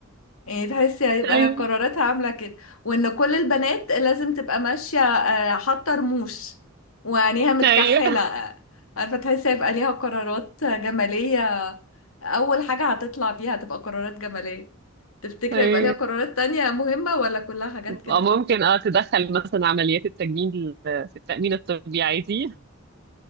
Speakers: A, on the left; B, on the right.
A: يعني تحسي هيبقى
B: أيوه
A: قراراتها عاملة كده وان كل البنات لازم تبقى ماشية آه، حاطة رموش وعينيها متكحلة
B: أيوه
A: آه، عارفة تحسي هيبقى ليها قرارات جمالية أول حاجة هتطلع بيها هتبقى قرارات جمالية تفتكري
B: أيوه
A: يبقى ليها قرارات تانية مهمة ولا كلها حاجات كده
B: أو ممكن اه تدخل مثلا عمليات التجميل في التأمين الطبي عادي